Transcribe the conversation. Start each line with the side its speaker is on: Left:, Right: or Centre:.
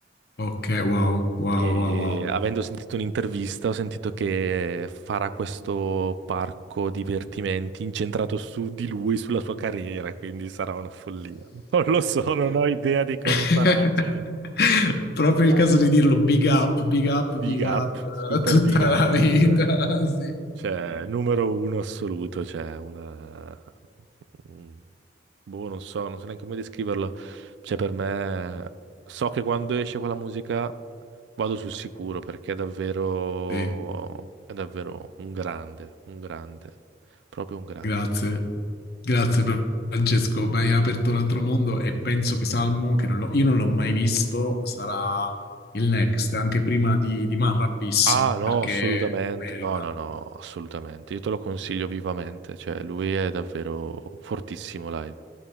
Left: Ok, wow, wow,
Right: E
Left: wow, wow.
Right: avendo sentito un'intervista, ho sentito che farà questo parco divertimenti incentrato su di lui, sulla sua carriera, quindi sarà una follia. <laughs> Non lo so, non ho idea di cosa
Left: <laughs>
Right: sarà, cioè,
Left: Proprio il
Right: Ah,
Left: caso di dirlo,
Right: ma-
Left: big up, big up,
Right: big
Left: big
Right: up,
Left: up, <laughs>
Right: super
Left: eh, tutta
Right: big up,
Left: la vita,
Right: cioè,
Left: <laughs> sì.
Right: cioè, numero uno assoluto, cioè, una... un- Boh, non so, non so neanche come descriverlo. Cioè, per me, so che quando esce quella musica Vado sul sicuro perché è davvero,
Left: Sì,
Right: è davvero un grande, un grande, proprio un grande.
Left: grazie, grazie per- Francesco, mi hai aperto un altro mondo e penso che Salmo, che non l'ho- io non l'ho mai visto, sarà il next, anche prima di, di Marra Bis,
Right: Ah, no,
Left: perché
Right: assolutamente.
Left: merita.
Right: No, no, no, assolutamente. Io te lo consiglio vivamente. Cioè, lui è davvero fortissimo live,